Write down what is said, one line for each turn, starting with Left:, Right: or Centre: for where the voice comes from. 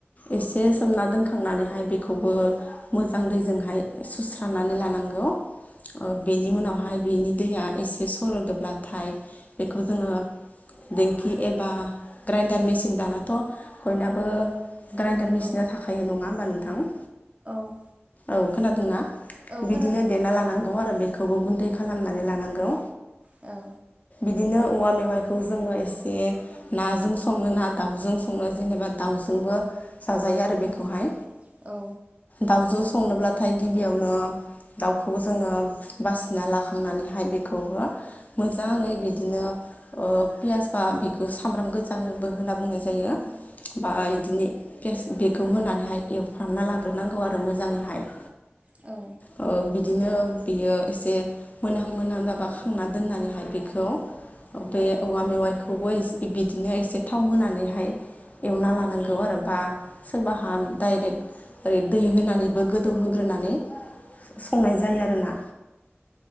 Left: एसे सोमना दोनखांनानैहाय बेखौबो मोजां दैजोंहाय सुस्रानानै लानांगौ बेनि उनावहाय बिनि दैया एसे सर'दोबब्लाथाय बेखौ जोङो दिेंखि एबा ग्राइन्डार मेसििन दानाथ' बयनाबो ग्राइडार मेसिना
Right: औ
Left: थाखाय नङा होमबानो
Right: औ
Left: औ खोनादोंना
Right: औ खोनादों
Left: बिदिनो
Right: नोंथां
Left: देरना लानांगौ आरो खौबो गुन्दै खालामनानै लानांगौ
Right: औ
Left: बिदिनो औवा मेवाइखौ जोङो एसे नाजों सङो ना दाउजों सङो जेनेबा दाउजोंबो जाजायो आरो बेखौहाय
Right: उम औ
Left: दाउ जु संनोब्लाथाय गिबियावनो दाउखौ जोङो बासिना लाखांनानैहाय बेखौबो मोजाङै
Right: उम
Left: बिदिनो पियस बा बेखौ सामब्राम गोजाबो होनना बुंनाय जायो बा
Right: औ
Left: बिदिनो स बेगखौ होनानैहाय एवफ्रामना लाग्रोनांगौ आरो मोजाङैहाय
Right: औ
Left: ओ बिदिनो बियो एसे मोनहां मोनहां जाबा खांना दोननानैहाय बेखौ बे
Right: औ
Left: औवा मेवाइखौबो बिदिनो एसे थाव होनानैहाय एवना लानांगौ आरो बा सोरबाहा डाइरेक्ट ओरै दै होनानैबो गोदौहोग्रोनानै संनाय
Right: औ
Left: जायो आरोोना